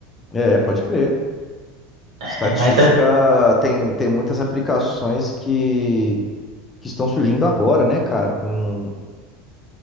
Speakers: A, on the left; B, on the right.
A: É, pode crer.
B: É,
A: Estatística
B: mas é
A: tem, tem muitas aplicações que, que estão surgindo agora, né, cara? Com